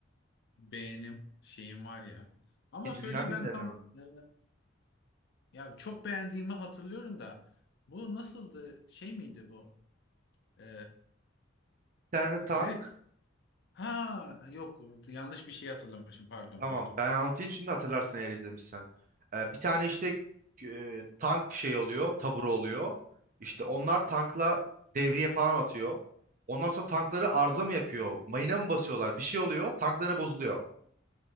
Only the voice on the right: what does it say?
İkinci
Dünya filmlerini
mi?
Bir tane tank.
Tamam
ben anlatayım şimdi hatırlarsın eğer izlemişsen. Ee, bir tane işte e, tank şey oluyor. Taburu oluyor. İşte onlar tankla devriye falan atıyor. Ondan sonra tankları arıza mı yapıyor? Mayına mı basıyorlar? Bir şey oluyor. Tankları bozuluyor.